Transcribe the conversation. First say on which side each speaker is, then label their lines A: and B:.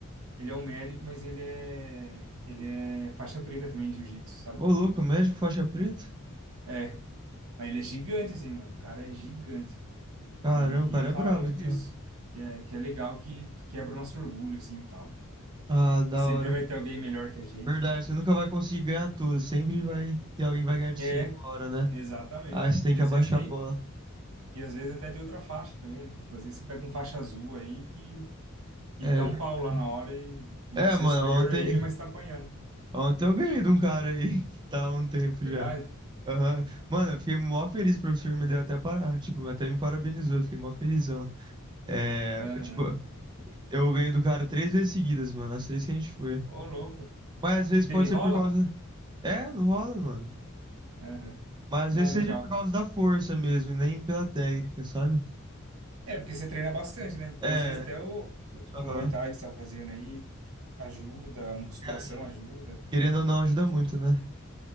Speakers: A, on the right (about 75°); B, on the right (about 20°).
A: ele é um médico, mas ele é, ele é faixa preta também em jiu-jitsu, sabe?
B: Ô, louco, médico faixa preta?
A: É, mas ele é gigante assim, mano, o cara é gigante.
B: Caramba,
A: E,
B: o cara
A: ele fala
B: é brabo,
A: muito
B: então.
A: disso, que é, que é legal que, que quebra o nosso orgulho assim e tal.
B: Ah, da
A: Sempre
B: hora.
A: vai ter alguém melhor que a gente
B: Verdade,
A: e tal.
B: você nunca vai conseguir ganhar tudo. Sempre vai ter alguém que vai ganhar de
A: É,
B: você uma hora, né?
A: Exatamente.
B: Aí você tem
A: E
B: que
A: às
B: abaixar
A: vezes nem.
B: a bola.
A: E às vezes até de outra faixa também, né? Tipo, às vezes você pega um faixa azul aí que, que
B: É
A: te dá um
B: verdade.
A: pau lá na hora e, e
B: É,
A: você
B: mano,
A: é superior
B: ontem,
A: a ele, mas tá apanhando.
B: ontem eu ganhei de um cara aí <laughs> que tava há um tempo
A: Verdade?
B: já. Aham. Mano, eu fiquei mó feliz, o professor me deu até para, tipo, até me parabenizou, eu fiquei mó felizão. É,
A: Aham.
B: tipo, Eu ganhei do cara três vezes seguidas, mano. As três que a gente foi.
A: Ô, louco.
B: Mas às vezes
A: Teve
B: pode
A: rola?
B: ser por causa. É, não rola, mano.
A: Aham.
B: Mas às
A: Não,
B: vezes
A: legal,
B: seja por
A: cara.
B: causa da força mesmo, e nem pela técnica, sabe?
A: É, porque você treina bastante, né? Então,
B: É,
A: às vezes até o, o tipo,
B: aham.
A: o Muay Thai que você tá fazendo aí ajuda, a musculação
B: É, aj-
A: ajuda. Então,
B: Querendo ou não, ajuda
A: tipo,
B: muito, né?